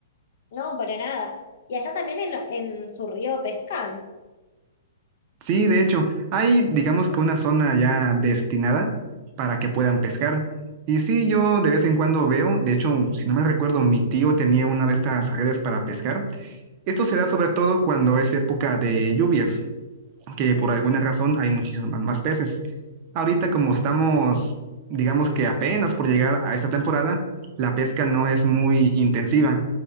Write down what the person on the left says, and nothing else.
No, para nada. Y allá también en, lo- en su río pescan,